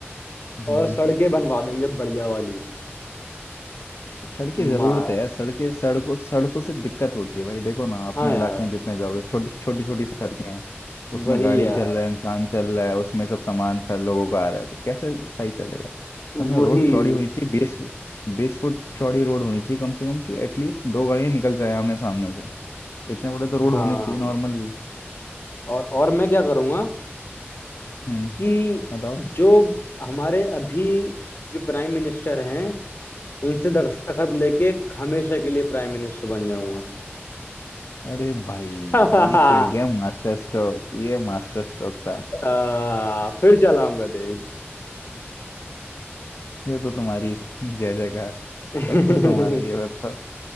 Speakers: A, on the left; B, on the left.
A: हम्म,
B: और सड़कें बनवा देंगे बढ़िया वाली
A: सड़क की जरूरत
B: मस्त
A: है यार सड़कें सड़कों सड़कों से दिक्कत होती है भाई देखो ना अपने
B: हाँ यार
A: इलाके में जितने जाओगे छोटी छोटी छोटी सड़कें हैं उसमें
B: वही
A: गाड़ी
B: यार
A: चल रहा है इंसान चल रहा है उसमें सब सामान खर लोगों का आ रहा है तो कैसे सही चलेगा कम से कम
B: वही
A: रोड चौड़ी होनी चाहिए बीस बीस फुट चौड़ी रोड होनी चाहिए कम से कम कि एटलीस्ट दो गाड़ियां निकल जाए आमने सामने से इतने बड़े तो रोड
B: हाँ
A: होने चाहिए नॉर्मल भी।
B: और और मैं क्या करूँगा
A: हम्म
B: कि
A: बताओ
B: जो हमारे अभी जो प्राइम मिनिस्टर हैं उनसे दस्तखत लेके हमेशा के लिए प्राइम मिनिस्टर बन जाऊंगा
A: अरे भाई
B: <laughs>
A: ये खेल गया मास्टर स्ट्रोक ये मास्टर स्ट्रोक था
B: आ, फिर चलाऊंगा देश
A: ये तो तुम्हारी जय जयकार
B: <laughs>
A: सब कुछ तुम्हारे ये बताओ